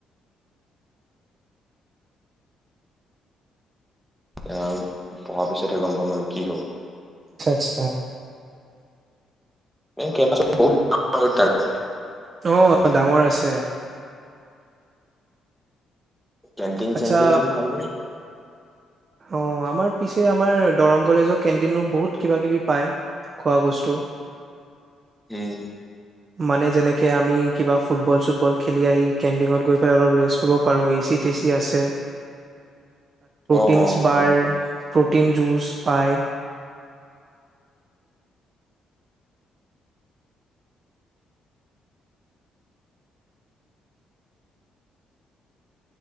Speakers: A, in the centre; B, on the right.
A: তেওঁ পঢ়াৰ পিছতহে গম পাম আৰু কি হব।
B: আচ্ছা আচ্ছা।
A: <unintelligible>
B: অহ
A: এনে
B: ডাঙৰ আছে।
A: কেন্টিন
B: আচ্ছা
A: চেণ্টিন ভাল।
B: অ আমাৰ পিছে আমাৰ দৰং কলেজৰ কেণ্টিনো বহুত কিবা কিবি পায় খোৱা বস্তু।
A: উম।
B: মানে যেনেকে আমি কিবা ফুটবল চুটবল খেলি আহি কেণ্টিঙত গৈ পেলাই অলপ ৰেষ্ট কৰিব পাৰো এ চি টি চি আছে।
A: অ
B: কিংছ বাৰ
A: অ'
B: প্ৰটিন জুচ পায়।